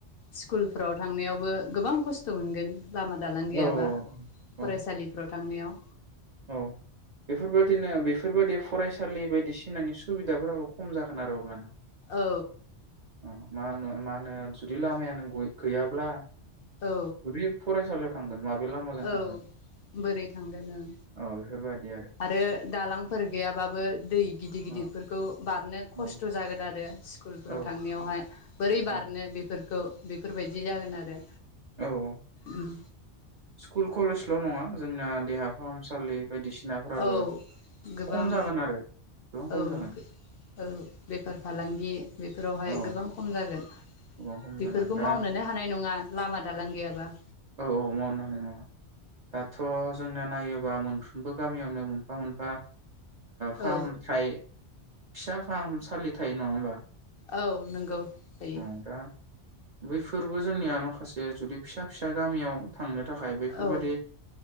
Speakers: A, on the left (about 60°); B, on the right (about 60°).
A: स्कुलफ्राव थांनायावबो गोबां खस्थ' मोनगोन। लामा दालां गैयाबा
B: औ
A: फरायसालिफ्राव
B: औ
A: थांनायाव
B: औ बेफोरबादिनो बेफोरबादि फरायसालि बायदिसिनानि सुबिदाफोराबो खम जागोन आरो अब्लाना।
A: औ।
B: ओ मा होन मा होनो जुदि लामायानो गय गैयाब्ला
A: औ
B: जुदि फरायसालि थांगोन। लामाजों थांनो
A: औ बोरै थांगोन ओं।
B: औ बेफोरबायदि
A: आरो दालांफोर गैयाब्ला बाबो दै गिदिर गिदिरफोरखौ
B: औ
A: बारनो
B: औ
A: खस्थ' जागोन आरो स्कुलफ्राव
B: औ
A: थांनायावहाय बोरै
B: औ
A: बारनो बेफोरखौ बेफोरबायदि जागोन आरो।
B: औ औ
A: उम
B: स्कुल कलेजल' नङा जोंना देहा फाहामसालि बायदिसिनाफोराबो
A: औ गोबां
B: खम जागोन आरो गोबां खम
A: औ
B: जागोन
A: औ बेफार फालांगि बेफोरावहाय
B: औ
A: गोबां खम जागोन
B: गोबां खम
A: बेफोरखौ
B: जागोन दा
A: मावनोनो हानाय नङा। लामा दालां गैयाबा।
B: औ औ मावनो हानाय नङा दाथ' जोंनाया नायोबा मोनफ्रोमबो गामियावनो मोनफा मोनफा फाहामथायाइ
A: औ
B: फिसा फाहामसालि थायो नङा होमबा?
A: औ नंगौ दायो।
B: औ दा बैफोरबो जोंनिया माखासे जुदि फिसा फिसा गामियाव थांनो थाखाय बैफोरबायदि
A: औ